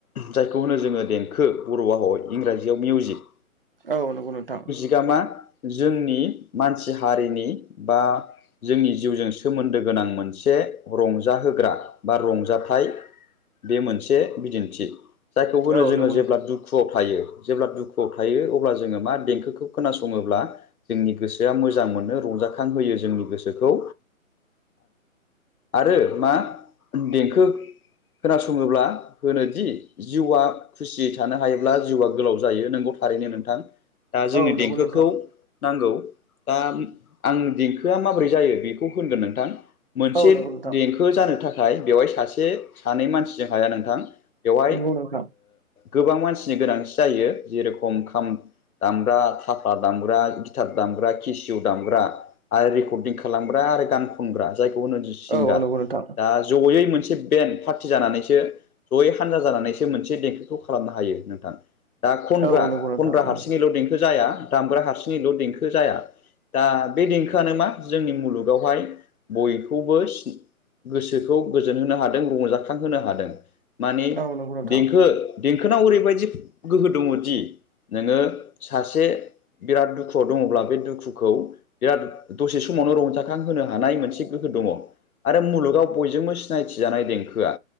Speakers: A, on the left; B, on the right.
A: जायखौ होनो जोंङो देंखो बर' हाव इंराजियाव मिउजिक
B: औ नंगौ नोंथां
A: बिगामा जोंनि मानसि हारिनि बा जोंनि जिउजों सोमोन्दो गोनां मोनसे से रंजाहोग्रा बा रंजााथाइ बे मोनसे बिदिन्थि जायखौ होनो
B: औ
A: जोङो
B: नंगौ
A: जेब्ला
B: नोंथां
A: दुखुआव थायो जेब्ला दुखुआव थायो अब्ला जोंङो मा देंखोखौ खोनासङोब्ला जोंनि गोसोआ मोजां मोनो रंजाखांहोयो जोंनि गोसोखौ आरो मा देंखो खोनासंङोब्ला होनोदि जिउआ खुसियै थानो हायोब्ला जिउआ गोलाव जायो नोंगौ थारैनो नोंथां दा जोंनि
B: औ नंगौ
A: देंखोखौ
B: नोंथां
A: नांगौ दा आं देंखोआ माब्रै जायो बेखौ होनगोन नोंथां मोनसे
B: औ नंगौ नोंथां
A: देंखो जानो थाखाय नाथाय बेवहाय सासे सानै मानसिजों हाया नोंथां बेवहाय
B: नंगौ नोंथां
A: गोबां मानसिनि गोनांथि जायो जेरेखम खाम दामग्रा थाफा दामग्रा गिटार दामग्रा केसिउ दामग्रा आरो रेकर्डिं खालामग्रा आरो गान खनग्रा जायखौ होनो सिंगार
B: औ नंगौ नोंथां
A: दा जयै मोनसे बेन पार्टि जानानैसो जयै हानजा जानानैसो मोनसे देंखोखौ खालामनो हायो नोंथां दा खनग्रा
B: औ नंगौ नोंथां
A: खनग्रा
B: नंगौ
A: हारसिङैल' देंखो जाया दामग्रा हारसिङैल' देंखो जाया दा बे देंखोआनो मा जोंनि मुलुगावहाय बयखौबो गोसोखौ गोजोन होनो हादों रंजाखांहोनो हादों माने
B: औ नंगौ नोंथां
A: देंखो देंखोनाव ओरैबायदि गोहो दंङोदि नोङो सासे बिराद दुखुआव दंङोब्ला बे दुखुखौ बिराद दसे समावनो रंजाखां होनो हानाय मोनसे दंङो आरो मुलुगाव बयजोंबो सिनायथि जानाय देंखोआ